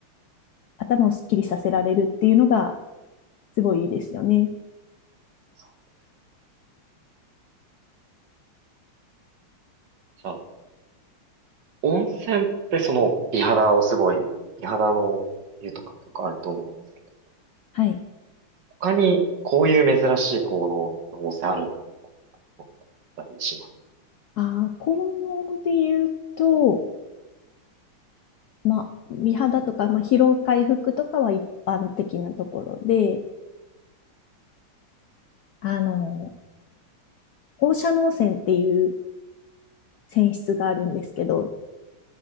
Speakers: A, on the left (about 70°); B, on the right (about 60°).
A: 頭をすっきりさせられるっていうのがすごいいいですよね。
B: そう。じゃあ、温泉ってその美肌をすごい、美肌の湯とかも結構あると思うんですけど、
A: はい。
B: 他にこういう珍しい効能の温泉あるんだみたいな思ったりします
A: あー、効能で言うと、
B: ね。
A: まあ、美肌とか、まあ、疲労回復とかは一般的なところで、あの、放射能泉っていう泉質があるんですけど、